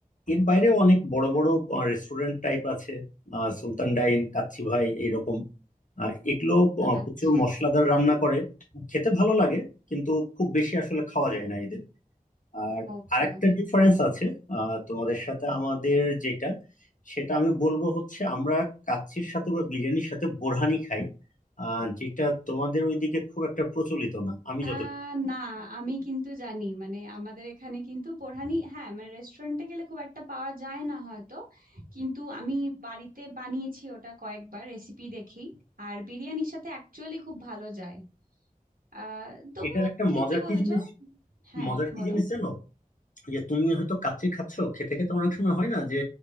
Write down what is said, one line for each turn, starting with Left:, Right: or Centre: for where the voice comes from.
Left: এর বাইরেও অনেক বড় বড় রেস্টুরেন্ট টাইপ আছে আহ, সুলতান ডাইন কাচ্চি ভাই এইরকম আহ, এগুলো আহ,
Right: আচ্ছা
Left: প্রচুর মশলাদার রান্না করে খেতে ভালো লাগে কিন্তু খুব বেশি আসলে খাওয়া যায় না এদের আর
Right: ওকে
Left: আরেকটা ডিফারেন্স আছে আহ, তোমাদের সাথে আমাদের যেটা সেটা আমি বলবো হচ্ছে আমরা কাচ্চির সাথে বা বিরিয়ানির সাথে বোরহানি খাই আহ, যেটা তোমাদের ওইদিকে খুব একটা প্রচলিত না আমি যত
Right: আহ না আমি কিন্তু জানি মানে আমাদের এখানে কিন্তু বোরহানি হ্যাঁ মানে রেস্টুরেন্টে গেলে খুব একটা পাওয়া যায় না হয়তো কিন্তু আমি বাড়িতে বানিয়েছি ওটা কয়েকবার রেসিপি দেখি আর বিরিয়ানির সাথে অ্যাকচুয়ালি খুব ভালো যায় আহ তবু
Left: এটার একটা
Right: ঠিকই
Left: মজার
Right: বলেছো
Left: কি জিনিস
Right: হ্যাঁ
Left: মজার কি
Right: বলো
Left: জিনিস জানো যে তুমি হয়তো কাচ্চি খাচ্ছো খেতে খেতে অনেক সময় হয় না যে